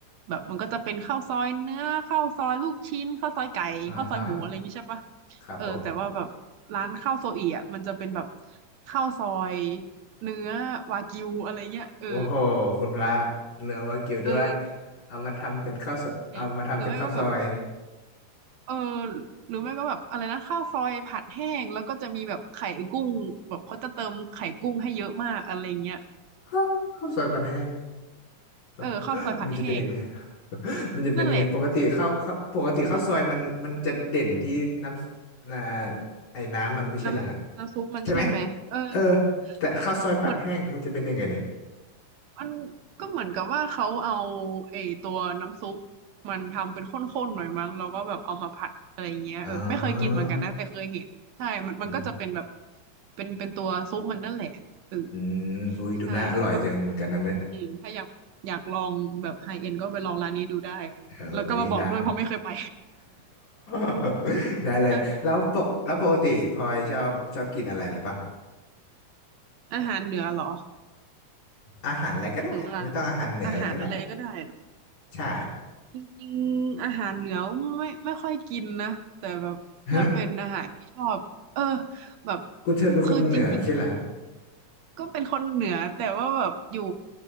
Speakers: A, on the right (about 70°); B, on the left (about 90°).
A: แบบมันก็จะเป็นข้าวซอยเนื้อข้าวซอยลูกชิ้นข้าวซอยไก่ข้าวซอยหมูอะไรอย่างงี้ใช่ปะ
B: อ่าฮะครับผม
A: เออแต่ว่าแบบร้านข้าวโซอีอ่ะมันจะเป็นแบบข้าวซอย เนื้อวากิวอะไรเงี้ยเออ
B: โอ้โหคุณพระเนื้อวากิวด้วย
A: เออเ
B: เอามาทำเป็นข้าวซอยเอามาทำเป็นข้าวซอย
A: ออหรือไม่ก็แบบเออหรือไม่ก็แบบอะไรนะข้าวซอยผัดแห้งแล้วก็จะมีแบบไข่กุ้งแบบเขาจะเติมไข่กุ้งให้เยอะมากอะไรเงี้ย
B: ฮะข้าวซอยปันแห้ง
A: เออข้าวซอยผัดแห้ง
B: <laughs> มันจะเป็นยังไง <laughs> มันจะเป็นยังไงปกติข้าวข้าวปกติข้าวซอยมันมันจะเด่นที่น้ำอ่า
A: นั่นแหละแบบเออ
B: ไอ้น้ำมันไม่ใช่เหรอฮะ
A: น้ำน้ำซุปมันใช่ไหมเออ
B: ใช่ไหมเออแต่ข้าวซอยผัดแห้งมันจะเป็นยังไงนี่
A: แต่เหมือน มันก็เหมือนกับว่าเขาเอาไอ้ตัวน้ำซุปมันทำเป็นข้นๆหน่อยมั้งแล้วก็แบบเอามาผัดอะไรเงี้ยเออไม่เคยกินเหมือนกันนะแต่เคยเห็นใช่
B: <laughs> อ๋อ
A: มันมันก็จะเป็นแบบ
B: อืม
A: เป็นเป็นตัวซุปมันนั่นแหละเออ
B: อืมอุ้ยดูน่าอร่อยจังเหมือนกันนะเนี่ย
A: ใช่ก็แบบถ้าอืมถ้าอยากอยากลองแบบไฮเอ็นก็ไปลองร้านนี้ดูได้
B: เอ้ยได้
A: แล้วก็มาบอกด้วยเพราะไม่เคยไป
B: <laughs>
A: <laughs>
B: ได้เลยแล้วปกแล้วปกติพลอยชอบชอบกินอะไรหรือเปล่า
A: ใช่อาหารเหนือเหรอ
B: อาหารอะไรก็ได้ไม่ต้องอาหารเหนืออะไรก็ได้
A: หรือว่าอาหารอะไรก็ได้เหรอ
B: ใช่
A: จริงๆอาหารเหนือไม่ไม่ค่อยกินนะแต่แบบถ้าเป็นอาหารที่ชอบเออ
B: ฮะ
A: แบบ
B: คุณเธอเป็นคนเหนือไม่ใช่เหรอ
A: คือจริงๆอ่ะก็เป็นคนเหนือแต่ว่าแบบอยู่